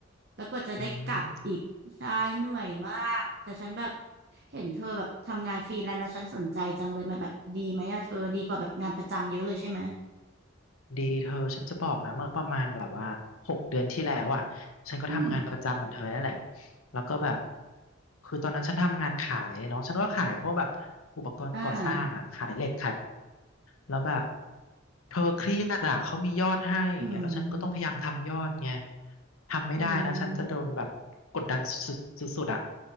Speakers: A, on the right; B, on the left.
A: แล้วกว่าจะได้กลับอีกใช่เหนื่อยมากแต่ฉันแบบ
B: อืม
A: เห็นเธอแบบทำงานฟรีแลนซ์แล้วฉันสนใจจังเลยมันแบบดีไหมอะเธอดีกว่าแบบงานประจำเยอะเลยใช่ไหม
B: ดีเธอฉันจะบอกนะเมื่อประมาณแบบว่าหกเดือนที่แล้วอ่ะฉันก็ทำงานประจำเหมือนเธอนั่นแหละ
A: อืม
B: แล้วก็แบบคือตอนนั้นฉันทำงานขายเนาะฉันก็ขายพวกแบบอุปกรณ์ก่อสร้างอ่ะขายเหล็ก
A: อ่า
B: แล้วแบบเธอเครียดอ่ะเขามียอดให้อย่างเงี้ยแล้วฉันก็ต้องพยายามทำยอดไง
A: อืม
B: ทำไม่ได้นะฉันจะโดนแบบกดดันสุดๆสุดๆอ่ะ
A: อืม